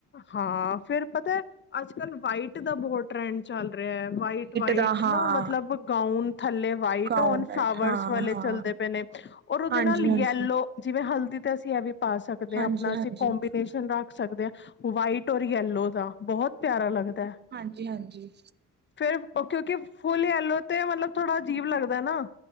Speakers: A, on the left (about 40°); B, on the right (about 35°).
A: ਹਾਂ। ਫੇਰ ਪਤਾ, ਅੱਜ ਕੱਲ ਵਾਈਟ ਦਾ ਬਹੁਤ ਟਰੈਂਡ। ਚੱਲ ਰਿਹਾ ਹੈ। ਵਾਈਟ, ਵਾਈਟ
B: ਦਾ ਹਾਂ
A: ਨਾ ਮਤਲਬ ਗਾਊਨ। ਥੱਲੇ ਵਾਈਟ
B: ਗਾਊਨ
A: ਹੋਣ,
B: ਵਾਈਟ
A: ਫਲਾਵਰਸ
B: ਹਾਂ
A: ਵਾਲੇ
B: ਹਾਂ
A: ਚੱਲਦੇ ਪਏ ਨੇ, ਔਰ ਉਹਦੇ
B: ਹਾਂਜੀ
A: ਨਾਲ ਯੈਲੋ
B: ਹਾਂਜੀ
A: ਜਿਵੇਂ ਹਲਦੀ। ਤੇ ਅਸੀਂ ਇਹ ਵੀ ਪਾ ਸਕਦੇ
B: ਹਾਂਜੀ
A: ਹਾਂ। ਆਪਣਾ ਅਸੀਂ
B: ਹਾਂਜੀ
A: ਕੋਂਬੀਨੇਸ਼ਨ ਰੱਖ ਸਕਦੇ ਹਾਂ। ਵਾਈਟ ਔਰ ਯੈਲੋ ਦਾ। ਬਹੁਤ ਪਿਆਰਾ ਲੱਗਦਾ। ਹੈ।
B: ਹਾਂਜੀ ਹਾਂਜੀ।
A: ਫੇਰ ਕਿਉਂਕਿ ਫੁੱਲ ਐਲੋ ਤੇ ਮਤਲਬ ਥੋੜਾ ਅਜੀਬ ਲੱਗਦਾ ਨਾ।